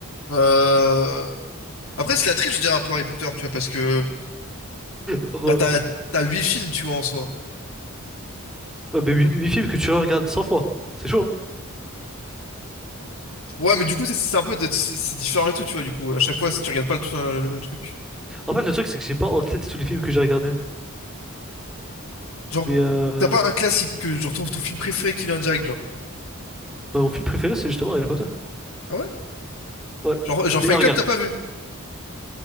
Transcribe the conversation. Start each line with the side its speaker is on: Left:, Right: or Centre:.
Left: Euh... Après, c'est la triche, je dirais, un peu Harry Potter, tu vois, parce que...
Centre: Sur,
Left: Bah,
Centre: euh,
Left: t'as, t'as 8 films, tu vois, en soi.
Centre: ouais, mais 8
Left: Donc,
Centre: films que tu regardes 100 fois, c'est chaud, hein.
Left: ouais, mais du coup, c'est c'est un peu... de- C'est c'est différent et tout, tu vois, du coup. À chaque fois, si tu regardes pas le, tout- le même truc.
Centre: En fait, le truc, c'est que j'ai pas en tête tous les films que j'ai regardés.
Left: Genre,
Centre: Mais euh,
Left: t'as pas un classique que... Genre, ton, ton film préféré qui vient direct, genre.
Centre: bah, mon film préféré, c'est justement Harry Potter.
Left: Ah ouais?
Centre: Ouais.
Left: Genre, genre
Centre: Mais
Left: Fight
Centre: euh, regarde,
Left: Club, t'as pas vu?